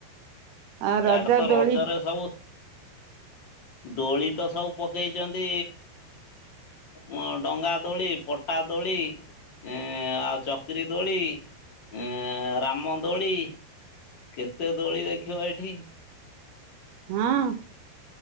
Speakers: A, on the right; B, on the left.
A: ଆଉ
B: ଇଆଡେ
A: ରଜ
B: ତ
A: ଦୋଳି
B: ରଜରେ ସବୁ ଦୋଳି ତ ସବୁ ପକେଇଚନ୍ତି ମୋ ଡଙ୍ଗା ଦୋଳି ପ ଟା ଦୋଳି ଇଁ ଆଉ ଚକିରି ଦୋଳି। ଏ ରାମ ଦୋଳି। କେତେ ଦୋଳି ଦେଖିବ ଏଠି।
A: ହଁ।